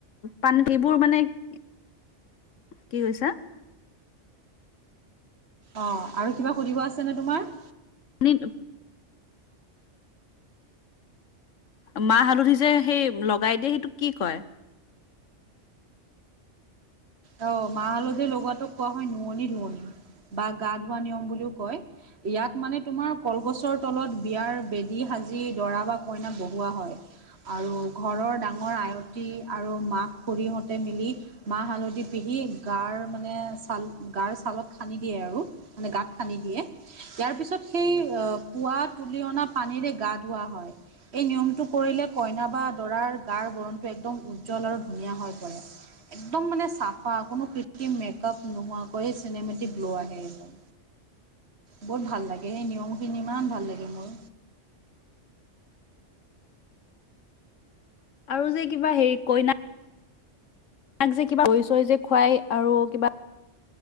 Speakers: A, on the left; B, on the right.
A: পান, এইবোৰ মানে, কি কৈছা?
B: অ', আৰু কিবা সুধিব আছে নে তোমাৰ।
A: পানীটো। মাহ-হালধি যে, সেই লগাই দিয়ে, সেইটো কি কয়?
B: অ', মাহ-হালধিৰ লগোৱাটোক কোৱা হয়, নুৱনি-ধুৱনি বা গা ধোৱা নিয়ম বুলিও কয়। ইয়াত মানে তোমাৰ কলগছৰ তলত, বিয়াৰ বেদী সাজি, দৰা বা কইনাক বহোৱা হয়। আৰু ঘৰৰ, ডাঙৰ আয়তী আৰু মাক-খুৰীহঁতে মিলি, মাহ হালধি পিহী গাৰ মানে ছাল গাৰ ছালত সানি দিয়ে, আৰু মানে গাত সানি দিয়ে। ইয়াৰ পিছত সেই, আহ পুৱা তুলি অনা পানীৰে গা ধুৱা হয়। এই নিয়মটো কৰিলে, কইনা বা দৰাৰ গাৰ বৰণটো, একদম উজ্জ্বল আৰু ধুনীয়া হৈ পৰে। একদম মানে চাফ ফা, কোনো কৃতিম মেকআপ নোহোৱাকৈয়ে, চিনেমেটিক গ্লো আহে একদম। বহুত ভাল লাগে, সেই নিয়মখিনি ইমান ভাল লাগে মোৰ।
A: আৰু যে কিবা হেৰি কইনা কইনাক যে কিবা দৈ-চৈ যে খুৱাই, আৰু কিবা